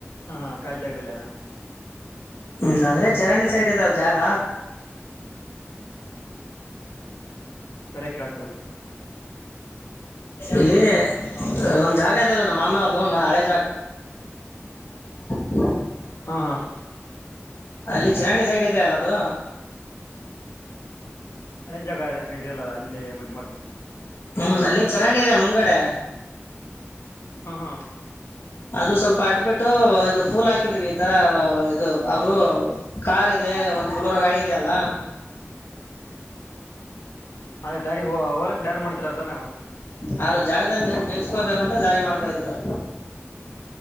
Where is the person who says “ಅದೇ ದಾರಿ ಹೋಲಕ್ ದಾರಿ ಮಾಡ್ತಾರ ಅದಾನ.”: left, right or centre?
Left